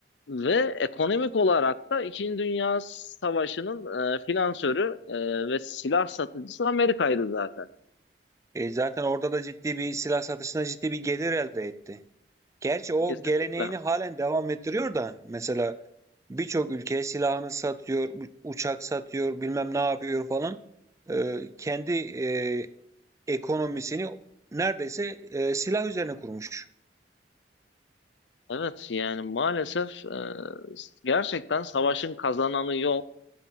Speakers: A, on the left (about 80°); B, on the right (about 20°).
A: ve ekonomik olarak da İkinci Dünya Savaşı'nın e, finansörü e, ve silah satıcısı Amerika'ydı zaten.
B: E, zaten orada da ciddi bir silah satışına ciddi bir gelir elde etti. Gerçi o
A: Kesinlikle.
B: geleneğini halen devam ettiriyor da mesela birçok ülkeye silahını satıyor, uçak satıyor, bilmem ne yapıyor falan. E, kendi e, ekonomisini neredeyse e, silah üzerine kurmuş.
A: Evet yani maalesef e, gerçekten savaşın kazananı yok.